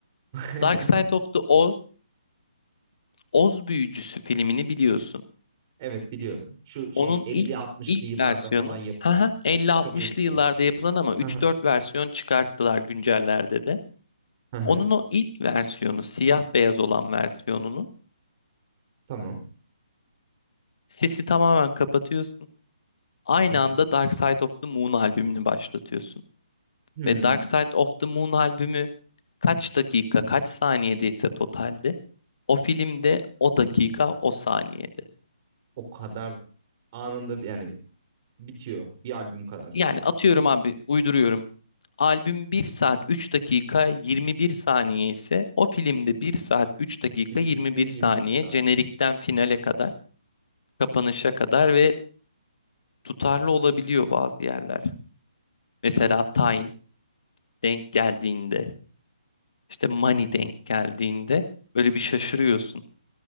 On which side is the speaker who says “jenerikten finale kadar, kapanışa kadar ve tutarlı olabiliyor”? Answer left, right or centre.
Left